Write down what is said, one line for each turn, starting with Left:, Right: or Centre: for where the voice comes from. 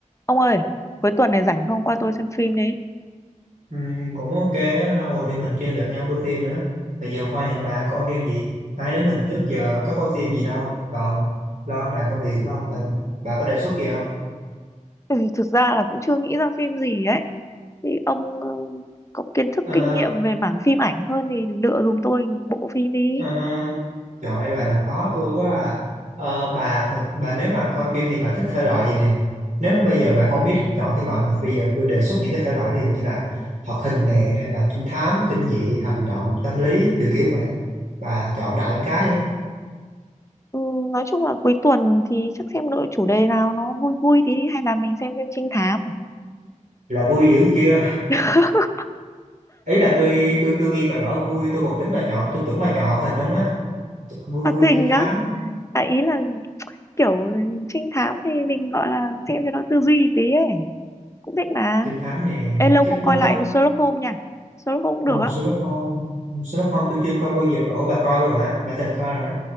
Left: Ông ơi, cuối tuần này rảnh không qua tôi xem phim đi.
Right: Ừ, cũng ok á, lâu rồi tụi mình chưa gặp nhau coi phim nữa bây giờ qua nhà bạn coi phim gì hai đứa mình trước giờ có coi phim gì đâu còn lo bàn công việc không bà, bà có đề xuất gì không
Left: Ừ, thực ra là cũng chưa nghĩ ra phim gì ấy. Thì ông ờ, có kiến thức
Right: Ờ,
Left: kinh nghiệm về mảng phim ảnh hơn thì lựa giùm tôi bộ phim đi.
Right: ờ, trời ơi bà làm khó tôi quá à Ờ, bà thường bà nếu mà coi phim thì bà thích thể loại gì này nếu mà bây giờ bà không biết chọn thể loại gì thì bây giờ tôi đề xuất những cái thể loại ví dụ như là hoạt hình nè hay là trinh thám kinh dị hành động tâm lý kiểu kiểu vậy bà chọn đại một cái đi
Left: Ừ, nói chung là cuối tuần thì chắc xem lựa chủ đề nào nó vui vui tí đi hay là mình xem phim trinh thám.
Right: là vui dữ chưa
Left: <laughs>
Right: ý là tôi tôi tôi nghe bà bảo vui tôi còn tính bà chọn tôi tưởng bà chọn hoạt hình không á vui
Left: Hoạt
Right: vui
Left: hình
Right: trinh thám
Left: á, à, ý là kiểu trinh thám thì mình gọi là xem cho nó tư duy tí ấy. Cũng thích mà.
Right: trinh thám này
Left: Ê, lâu
Right: chắc
Left: không
Right: nó
Left: coi lại
Right: có
Left: Sherlock Holmes nha. Sherlock Holmes cũng
Right: ồ
Left: được á.
Right: Sherlock Holmes Sherlock Holmes tôi chưa coi bao giờ ủa bà coi rồi hả bà từng coi rồi á